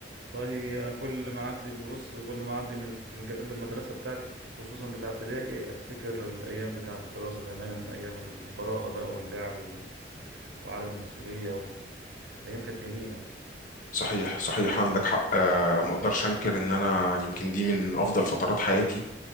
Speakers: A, on the right; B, on the left.
A: والله انا كل ما اعدي بص كل ما اعدي من جنب المدرسه بتاعتي خصوصا بتاع ابتدائي افتكر الايام بتاع الدراسه زمان ايام البراءه بقى واللعب و... وعدم المسؤوليه و... ايام كانت جميله
B: صحيح صحيح عندك حق آه، ما اقدرش انكر ان انا يمكن دي من افضل فترات حياتي